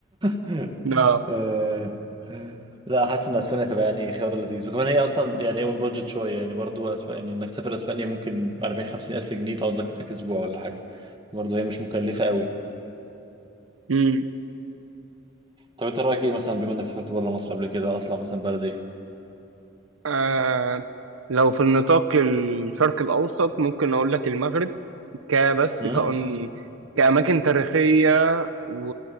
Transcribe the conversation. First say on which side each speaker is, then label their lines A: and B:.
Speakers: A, on the right (about 25°); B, on the right (about 80°).
A: <laughs>
B: لا
A: أه لا حاسس ان اسبانيا تبقى يعني خيار لذيذ وكمان هي اصلا يعني اون بادجت شويه يعني برضه أسب... يعني انك تسافر اسبانيا ممكن 40 50 الف جنيه تقعد لك هناك اسبوع ولا حاجه برضه هي مش مكلفه قوي
B: امم
A: طب انت رايك ايه مثلا بما انك سافرت بره مصر قبل كده اطلع مثلا بلد ايه
B: آه لو في النطاق الشرق الاوسط ممكن اقول لك المغرب كبس
A: امم
B: كأن كأماكن تاريخية و...